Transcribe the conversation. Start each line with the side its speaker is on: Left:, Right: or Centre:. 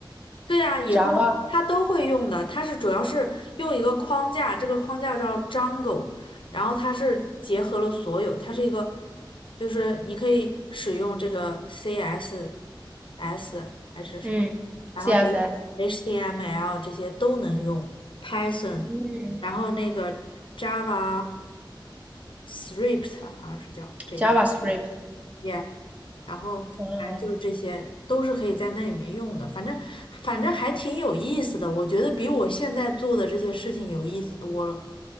Left: 对啊，也会，
Right: ？Java，
Left: 它都会用的。它是主要是用一个框架，这个框架叫 Django，然后它是结合了所有，它是一个，就是你可以使用这个 CSS 还是什么，
Right: 嗯，CSS，
Left: 然后 H- HTML 这些都能用，Python，
Right: 嗯
Left: 然后那个 Java。Thrift 好像是叫这个
Right: ，JavaScript，
Left: ，yeah，然后反正就是这些都是可以在那里面用的，
Right: 嗯。
Left: 反正反正还挺有意思的，我觉得比我现在做的这些事情有意思多了。